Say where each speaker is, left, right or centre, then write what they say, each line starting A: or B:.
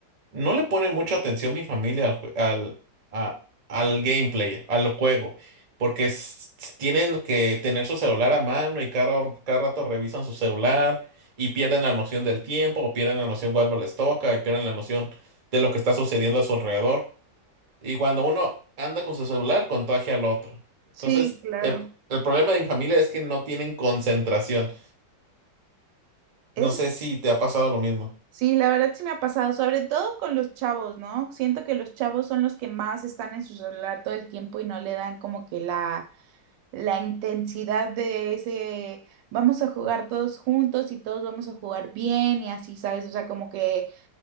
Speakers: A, on the right (about 50°); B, on the right (about 75°).
A: No le pone mucha atención mi familia al, jue- al, a- al gameplay, al juego, porque s- s- tienen que tener su celular a mano y cada, hor- cada rato revisan su celular y pierden la noción del tiempo o pierden la noción cuando les toca y pierden la noción de lo que está sucediendo a su alrededor. Y cuando uno anda con su celular, contagia al otro.
B: Sí,
A: Entonces,
B: claro.
A: el, el problema de mi familia es que no tienen concentración.
B: Es
A: No sé si te ha pasado lo mismo.
B: Sí, la verdad sí me ha pasado, sobre todo con los chavos, ¿no? Siento que los chavos son los que más están en su celular todo el tiempo y no le dan como que la, la intensidad de ese, vamos a jugar todos juntos y todos vamos a jugar bien y así, ¿sabes? O sea, como que